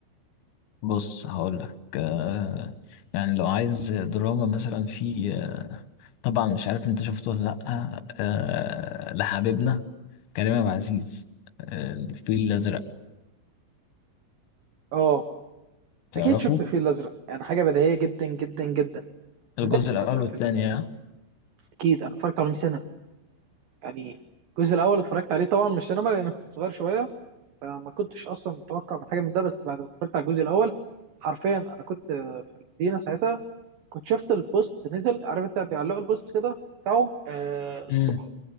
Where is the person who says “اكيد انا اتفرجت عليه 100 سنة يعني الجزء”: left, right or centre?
Right